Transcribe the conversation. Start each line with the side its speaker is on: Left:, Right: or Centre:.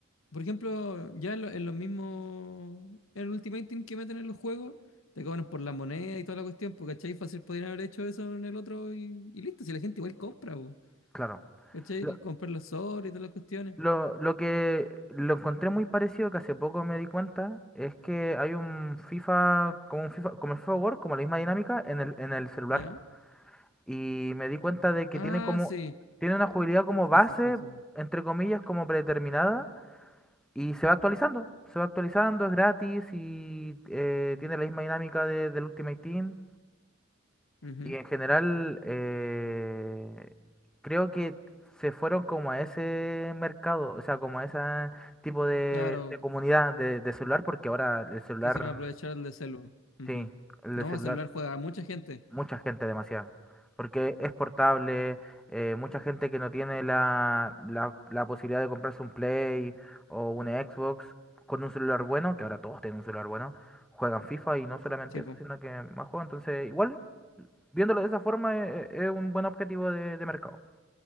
Left: por ejemplo, ya en, lo- en los mismos, en el Ultimate Team que meten en los juegos, te cobran por la moneda y toda la cuestión, pues, ¿cachai? Fácil podrían haber hecho eso en el otro y, y listo, si la gente igual compra, pues,
Centre: Claro.
Left: ¿cachai?
Centre: Lo,
Left: Comprar los sobres y todas las cuestiones,
Centre: lo, lo que lo encontré muy parecido, que hace poco me di cuenta, es que hay un FIFA, como un FIFA, como el FIFA World, como la misma dinámica en el, en el celular.
Left: ¿ya?
Centre: Y me di cuenta de que
Left: Ah,
Centre: tiene como,
Left: sí,
Centre: tiene una jugabilidad como base,
Left: sí, sí, sí, sí.
Centre: entre comillas, como predeterminada Y se va actualizando, se va actualizando, es gratis y eh, tiene la misma dinámica de- del Ultimate Team.
Left: Ujú.
Centre: Y en general, eh, creo que se fueron como a ese mercado, o sea, como a ese tipo de,
Left: Claro,
Centre: de comunidad de, de celular, porque ahora el celular,
Left: Quisieron aprovechar el de celu. Ujú.
Centre: sí, el
Left: No,
Centre: de celular,
Left: celular juega a mucha gente.
Centre: Mucha gente, demasiada. Porque es portable, eh, mucha gente que no tiene la, la, la posibilidad de comprarse un Play o una Xbox con un celular bueno, que ahora todos tienen un celular bueno, juegan FIFA y no solamente
Left: Sí,
Centre: eso,
Left: po.
Centre: sino que más juegan. Entonces, igual, viéndolo de esa forma, e- e- es, un buen objetivo de, de mercado.